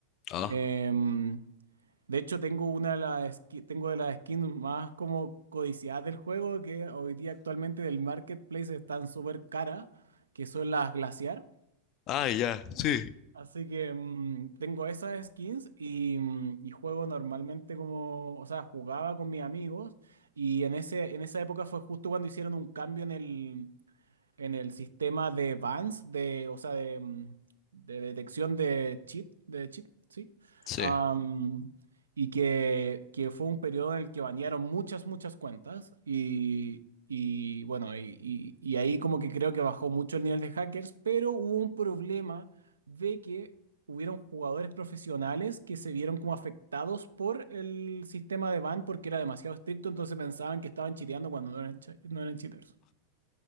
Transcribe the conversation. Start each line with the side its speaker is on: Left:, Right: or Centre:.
Left: Ah,
Right: Em, de hecho, tengo una de las ski- tengo de las skins más como codiciadas del juego, que hoy día actualmente del marketplace están súper caras, que son las Glaciar.
Left: Ah, ya, sí.
Right: Así que mm, tengo esas skins y, mm, y juego normalmente como, o sea, jugaba con mis amigos y en ese, en esa época fue justo cuando hicieron un cambio en el, en el sistema de Vance, de, o sea, de, mm, de detección de cheat, de cheat, sí.
Left: Sí.
Right: Am, y que, que fue un periodo en el que banearon muchas, muchas cuentas. Y, y bueno, y, y- y ahí como que creo que bajó mucho el nivel de hackers, pero hubo un problema de que hubieron jugadores profesionales que se vieron como afectados por el sistema de ban porque era demasiado estricto, entonces pensaban que estaban chiteando cuando no eran, chi- no eran cheaters.